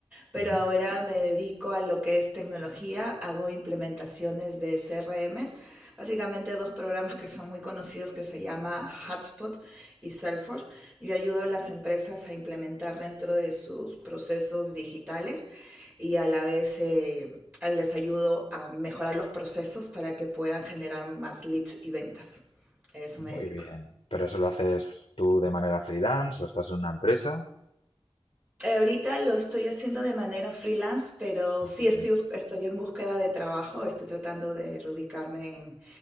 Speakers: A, on the right (about 15°); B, on the left (about 75°).
A: pero
B: Ujú.
A: ahora me dedico a lo que es tecnología, hago implementaciones de CRMs, básicamente dos programas que son muy conocidos que se llama Hubspot y Salesforce. Yo ayudo a las empresas a implementar dentro de sus procesos digitales y a la vez eh, les ayudo a mejorar los procesos para que puedan generar más leads y ventas. A eso
B: Muy
A: me dedico.
B: bien. ¿Pero eso lo haces tú de manera freelance o estás en una empresa?
A: Eh, ahorita lo estoy haciendo de manera freelance, pero
B: Ah,
A: sí
B: muy
A: estoy,
B: bien.
A: bus- estoy en búsqueda de trabajo, estoy tratando de reubicarme en,